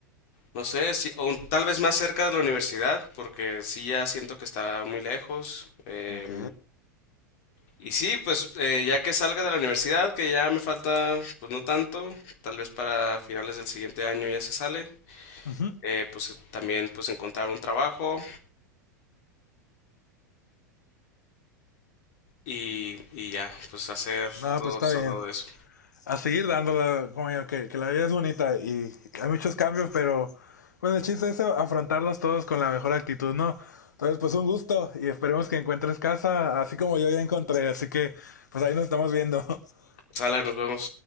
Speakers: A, on the left (about 50°); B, on the left (about 65°).
A: no sé, si, o un- tal vez más cerca de la universidad, porque sí ya siento que está muy lejos. em,
B: Ok.
A: y sí, pues eh, ya que salga de la universidad, que ya me falta pues no tanto, tal vez para finales del siguiente año ya se sale,
B: Ujú.
A: eh, pues también pues encontrar un trabajo y, y ya, pues hacer
B: No,
A: todo,
B: pues está
A: todo
B: bien.
A: eso.
B: a seguir dándole, como yo, que, que la vida es bonita y hay muchos cambios, pero bueno, el chiste es afrontarlos todos con la mejor actitud, ¿no? Entonces, pues un gusto y esperemos que encuentres casa, así como yo ya encontré, así que pues ahí nos estamos viendo. <laughs>
A: Sale, nos vemos.